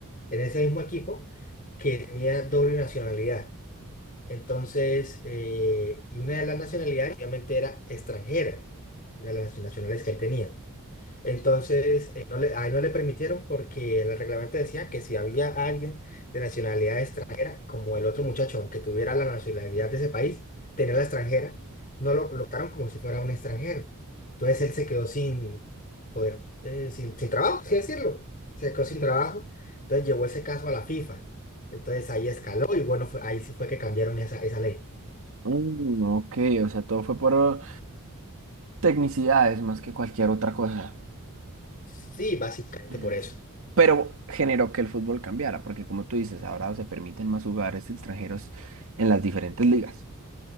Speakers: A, on the left (about 40°); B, on the right (about 65°).
A: en ese mismo equipo que tenía doble nacionalidad. Entonces, eh, y una de las nacionalidades obviamente era extranjera, una de las nacionalidades que él tenía. Entonces, eh, no le, ahí no le permitieron porque el reglamento decía que si había alguien de nacionalidad extranjera, como el otro muchacho, aunque tuviera la nacionalidad de ese país, tenía la extranjera, no lo colocaron como si fuera un extranjero. Entonces él se quedó sin poder, eh, sin, sin trabajo, así decirlo. Se quedó sin trabajo. Entonces llevó ese caso a la FIFA. Entonces ahí escaló y bueno, fue- ahí sí fue que cambiaron esa, esa ley.
B: Mm, ok, o sea, todo fue por tecnicidades más que cualquier otra cosa.
A: Sí, básicamente
B: Ujú.
A: por eso.
B: pero generó que el fútbol cambiara, porque como tú dices, ahora se permiten más jugadores extranjeros en las diferentes ligas.